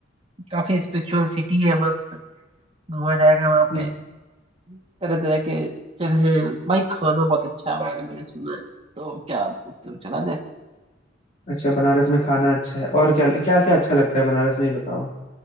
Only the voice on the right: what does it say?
काफी स्पिरिचुअल सिटी है मस्त घूमा जाएगा वहाँ
पे तरह तरह के जगह हैं। भाई खाना बहुत अच्छा है मैंने मैंने सुना है तो क्या बोलते हो चला जाए